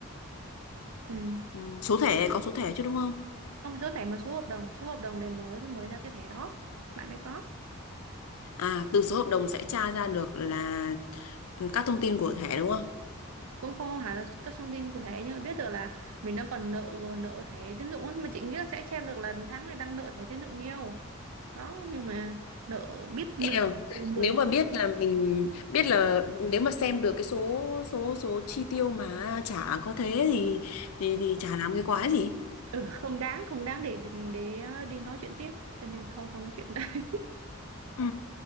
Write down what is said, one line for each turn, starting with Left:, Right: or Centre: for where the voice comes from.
Right: ừ
Left: ừ. số thẻ có số thẻ chứ đúng không
Right: không phải số thẻ mà số hợp đồng số hợp đồng để mở mới ra cái thẻ đó bạn ấy có
Left: à từ số hợp đồng sẽ tra ra được là các thông tin của thẻ đúng không
Right: cũng có hẳn là các thông tin của thẻ nhưng mà biết được là mình đang còn nợ nợ thẻ tín dụng ấy. nhưng mà chị nghĩ là sẽ xem được là tháng này đang nợ thẻ tín dụng nhiều đó nhưng mà nợ biết nợ
Left: em
Right: mười
Left: nếu mà biết là mình biết là nếu mà xem được cái số số số chi tiêu mà chả có thế thì thì thì chả làm cái quái gì
Right: ừ không đáng không đáng để để đi nói chuyện tiếp cho nên thôi không nói chuyện nữa
Left: ừ